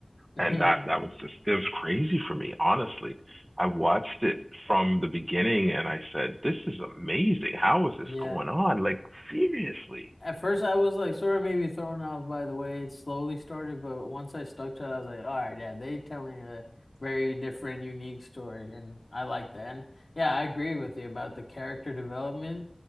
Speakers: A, on the left (about 75°); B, on the right (about 25°).
A: <laughs>
B: And that that was just it was crazy for me, honestly. I watched it from the beginning and I said, "This is amazing. How is this
A: Yeah.
B: going on? Like seriously?"
A: At first, I was like sort of maybe thrown off by the way it slowly started, but once I stuck to it, I was like, all right, yeah, they telling a very different, unique story, and I like that. And yeah, I agree with you about the character development.